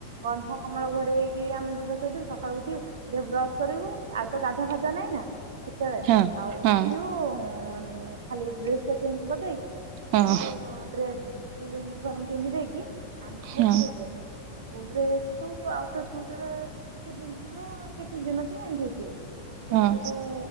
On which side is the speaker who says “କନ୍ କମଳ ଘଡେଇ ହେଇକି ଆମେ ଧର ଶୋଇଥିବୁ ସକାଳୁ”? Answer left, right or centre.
Right